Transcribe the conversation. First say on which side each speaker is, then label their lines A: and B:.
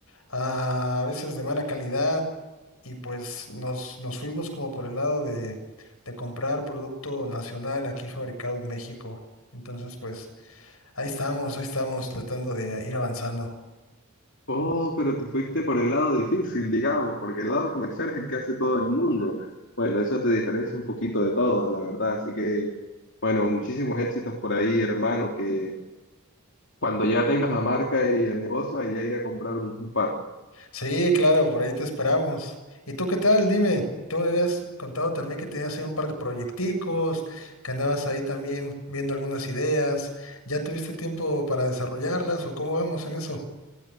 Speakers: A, on the left; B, on the left.
A: a veces de mala calidad, y pues nos, nos fuimos como por el lado de, de comprar producto nacional aquí fabricado en México. Entonces, pues ahí estamos, ahí estamos tratando de ir avanzando.
B: Oh, pero te fuiste por el lado difícil, digamos, porque el lado comercial es el que hace todo el mundo. Bueno, eso te diferencia un poquito de todo, la verdad. Así que, bueno, muchísimos éxitos por ahí, hermano, que cuando ya tengas la marca y el negocio, allá ir a comprar un, un par.
A: Sí, claro, por ahí te esperamos. ¿Y tú qué tal? Dime, tú me habías contado también que tenías ahí un par de proyecticos, que andabas ahí también viendo algunas ideas. ¿Ya tuviste tiempo para desarrollarlas o cómo vamos en eso?